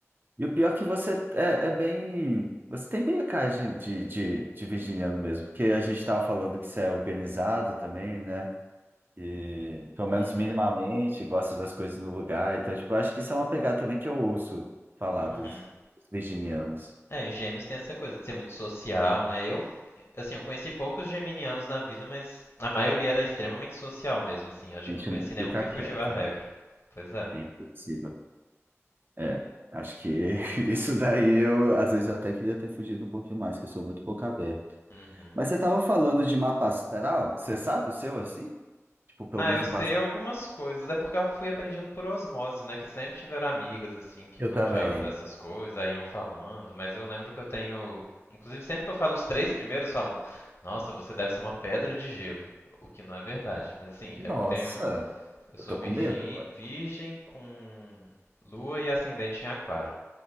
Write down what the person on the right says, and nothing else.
E o pior é que você é, é bem. Você tem bem a cara de, de, de, de virginiano mesmo, porque a gente tava falando que você é organizado também, né? E pelo menos
minimamente gosta das coisas no lugar. Então, tipo, eu acho que isso é uma pegada também que eu ouço falar
dos, dos virginianos.
A
gente
não
fica
quieto,
né?
É impossível. É, acho que <laughs> isso daí eu, às vezes eu até queria ter fugido um pouquinho mais, que eu sou muito boca aberta.
Mas você tava falando de mapa astral, você sabe o seu assim? Tipo, pelo
menos
o básico.
Eu
também.
Nossa,
eu
tô
com medo agora.